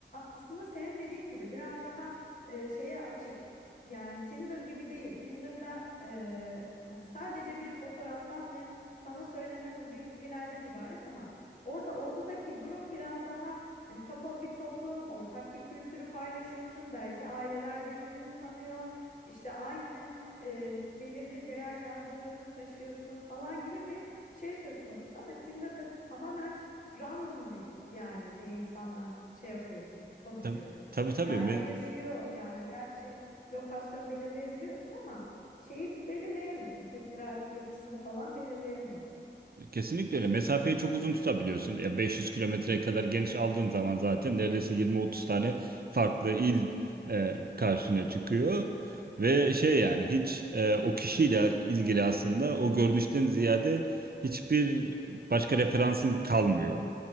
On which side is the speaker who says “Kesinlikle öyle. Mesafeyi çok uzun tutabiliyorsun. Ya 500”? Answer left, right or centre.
Right